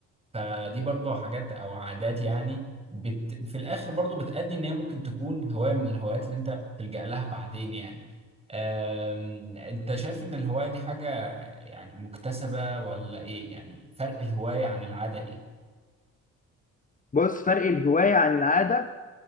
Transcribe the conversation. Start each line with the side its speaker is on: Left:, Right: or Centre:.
Right: فدي برضو حاجات او عادات يعني بت... في الاخر برضو بتأدي ان هي ممكن تكون هواية من الهوايات اللي انت تلجأ لها بعدين يعني أم... انت شايف ان الهواية دي حاجة يعني مكتسبة ولا ايه يعني فرق الهواية عن العادة ايه
Left: بص فرق الهواية عن العادة